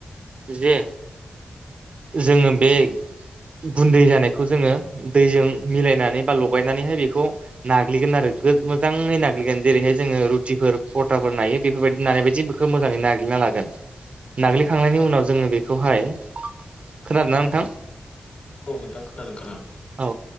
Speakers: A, on the right; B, on the left.
A: जे जोङो बे गुन्दै जानायखौ जोङो दैजों मिलायनानै बा लगायनानैहाय बेखौ नाग्लिगोन आरो। बे मोजाङै नाग्लिगोन जेरैहाय जोङो रुटिफोर फरथाफोर नायो बेफोर बायदि नानाय बायदि बेखौ मोजाङै नाग्लिनांगोन नागोन नाग्लिखांनायनि
B: औ
A: उनाव जोङो बेखौहाय खोनादों ना नोंथां
B: औ नोंथां खोनादों खोनादों
A: औ